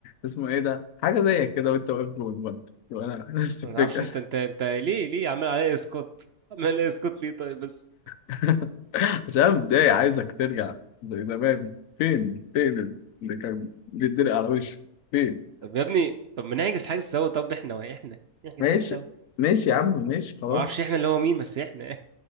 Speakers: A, on the left; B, on the right.
A: اسمه ايه ده حاجة زي كده وانت واقف جون برضه وانا نفس
B: ما
A: الفكرة
B: تعرفش انت انت انت ليه ليه عمال عليا اسقاط <laughs> عمال عليا اسقاط ليه طيب بس
A: <laughs> عشان أنا متضايق عايزك ترجع زي زمان فين فين اللي كان بيتدرق على وشه فين
B: طب يا ابني طب ما نحجز حاجه سوا طب احنا واحنا نحجز
A: ماشي
B: حاجه سوا
A: ماشي يا عم ماشي خلاص
B: ما اعرفش احنا اللي هو مين بس احنا